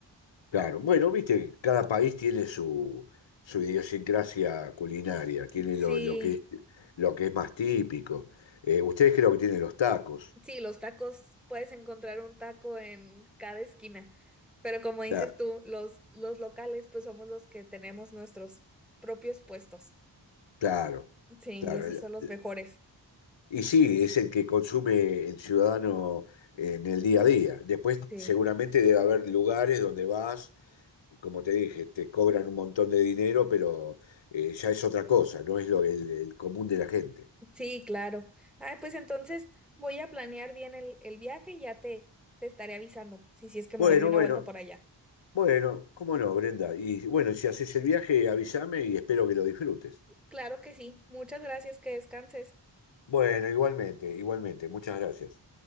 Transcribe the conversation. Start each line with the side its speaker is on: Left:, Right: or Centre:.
Left: Claro, bueno, viste, cada país tiene su, su idiosincrasia culinaria, tiene
Centre: Sí.
Left: lo, lo que es, lo que es más típico. Eh, ustedes creo que tienen los tacos.
Centre: Sí, los tacos, puedes encontrar un taco en cada esquina, pero como dices
Left: La-
Centre: tú, los, los locales pues somos los que tenemos nuestros propios puestos.
Left: claro,
Centre: Sí,
Left: claro.
Centre: y esos
Left: la-
Centre: son los
Left: la-
Centre: mejores.
Left: Y sí, es el que consume el ciudadano en el día a día. Después
Centre: Sí,
Left: seguramente debe haber lugares donde vas, como te dije, te cobran un montón de dinero, pero eh, ya es otra cosa, no es lo, el el común de la gente.
Centre: sí, claro. Ay, pues entonces voy a planear bien el, el viaje y ya te, te estaré avisando si, si es que me
Left: Bueno,
Centre: doy una
Left: bueno.
Centre: vuelta por allá.
Left: Bueno, cómo no, Brenda. Y bueno, si haces el viaje, avísame y espero que lo disfrutes.
Centre: Claro que sí. Muchas gracias, que descanses.
Left: Bueno, igualmente, igualmente. Muchas gracias.